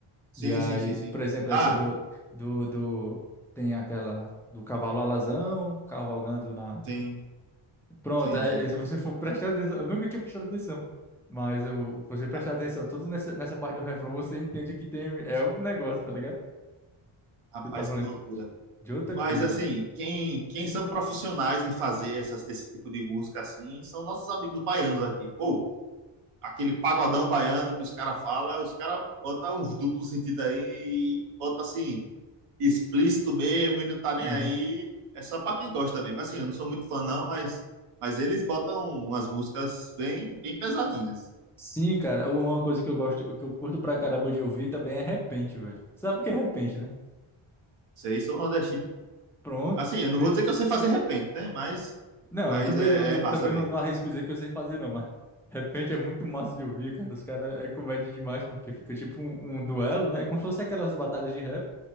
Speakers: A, on the right; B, in the centre.
A: Sim,
B: E aí,
A: sim, sim, sim.
B: por exemplo, essa
A: Ah,
B: do, do, do. Tem aquela do cavalo alazão, cavalgando na.
A: sim,
B: Pronto,
A: sim,
B: é,
A: sim.
B: é, se você for prestar atenção. Eu nunca tinha prestado atenção. Mas eu, se você prestar
A: Ah,
B: atenção, todo nessa, nessa parte do refrão, você entende que tem. É outro negócio, tá ligado?
A: Rapaz,
B: Você tá falando
A: que loucura.
B: de, de outra
A: Mas
B: coisa,
A: assim, quem, quem são profissionais em fazer essas- esse tipo de música assim são nossos amigos baianos aqui. Pô, aquele pagodão baiano que os caras falam, os caras botam uns duplos sentido aí, e bota assim. explícito mesmo e não tá nem
B: velho.
A: aí. É só pra quem gosta mesmo. Assim, eu não sou muito fã, não, mas, mas eles botam umas músicas bem, bem pesadinhas.
B: Sim, cara, u- uma coisa que eu gosto, que eu curto pra caramba de ouvir também é repente, velho. Sabe o que é repente, né?
A: Vocês sou nordestino, pô.
B: Pronto,
A: Assim, eu
B: fech-
A: não vou dizer que eu sei fazer repente, né? Mas,
B: Não,
A: mas
B: eu também,
A: é,
B: não- eu
A: é massa
B: também
A: ver.
B: não, não arrisco dizer que eu sei fazer, não, mas repente é muito massa de ouvir, cara. Os caras é comédia demais, porque fica tipo um, um duelo, né? É como se fosse aquelas batalhas de rap,